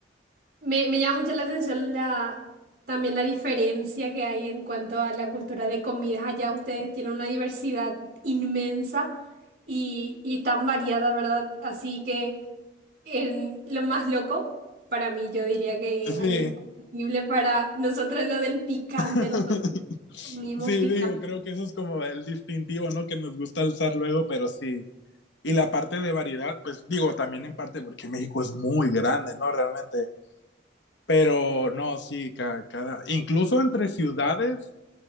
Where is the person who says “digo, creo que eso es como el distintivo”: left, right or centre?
Left